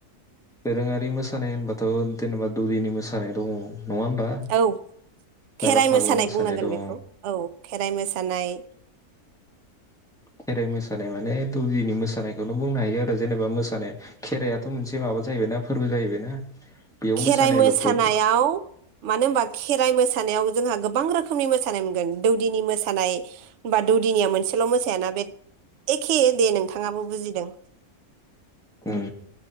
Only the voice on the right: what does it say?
औ
खेराइ
मोसानाय बुंनांगोन
बेखौ औ खेराइ मोसानाय
खेराइ
मोसानायाव मानो होनोमबा खेराइ मोसानायाव जोंहा गोबां रोखोमनि मोसानाय मोनगोन दौदिनि मोसानाय बा दौदिनिया मोनसेल' मोसायाना बे एखे दे नोंथाङाबो बुजिदों